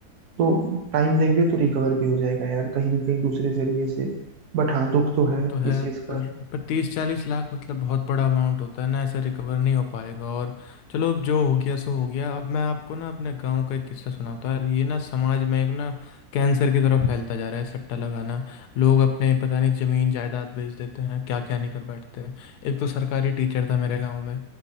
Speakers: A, on the right; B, on the left.
A: तो टाइम देंगे तो रिकवर भी हो जाएगा यार कहीं ना कहीं दूसरे जरिए से बट हाँ दुख तो
B: वो
A: है
B: तो है
A: इस चीज
B: पर पर तीस चालीस लाख मतलब बहुत बड़ा अमाउंट होता है ना ऐसे रिकवर नहीं हो पाएगा और चलो अब जो हो गया सो हो गया अब मैं आपको ना अपने गांव का एक किस्सा सुनाता हूँ ये ना समाज में एक ना कैंसर की तरफ फैलता जा रहा है सट्टा लगाना लोग अपने पता नहीं जमीन जायदाद बेच देते हैं क्या क्या नहीं कर बैठते हैं एक तो सरकारी टीचर था मेरे गाँव में